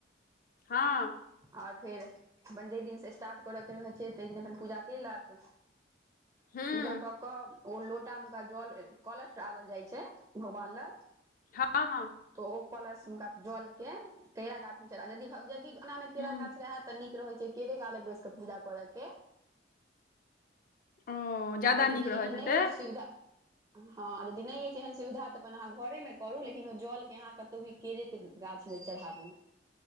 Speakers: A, on the left (about 45°); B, on the right (about 20°).
A: हँ।
B: आ फेर अपन जाहि दिनसँ स्टार्ट करयके रहै छै ताहि दिन अपन पूजा कयलक।
A: हँ
B: पूजा कऽ कऽ ओ लो लोटा मुका जल कलश डालल जाय छैय भगवान लग।
A: हँ हँ।
B: तो ओ कलश मुका जल के केरा गाछ मे चढ़ा यदि भ यदि एना मे केरा
A: हूँ
B: गाछ रहे तऽ नीक रहै छैय केरे गाछ लग बैस क पूजा करऽ के।
A: ओ ज्यादा
B: आ यदि
A: नीक रहैत
B: एहन
A: हेतै
B: नहि अछि सुविधा हँ यदि नहि अछि एहन सुविधा तऽ अपन अहाँ घरेमे करू लेकिन ओ जलके अहाँ क त भी केरेके गाछमे चढ़ाबू।